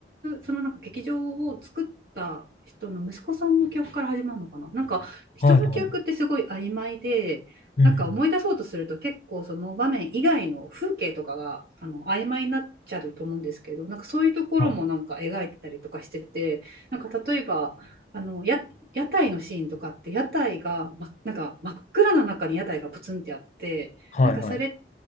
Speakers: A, on the right (about 60°); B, on the left (about 40°).
A: そのなんか劇場を作った人の息子さんの記憶から始まるのかな。なんか、人の記憶ってすごい曖昧で、
B: はいはい。うんうん。
A: なんか思い出そうとすると結構その場面以外の風景とかがあの曖昧になっちゃうと思うんですけどなんかそういうところもなんか描いてたりとかしててなんか例えばあのや屋台のシーンとかって屋台が、
B: はい。
A: ま、なんか真っ暗な中に屋台がポツンってあってなんかそれ
B: はいはい。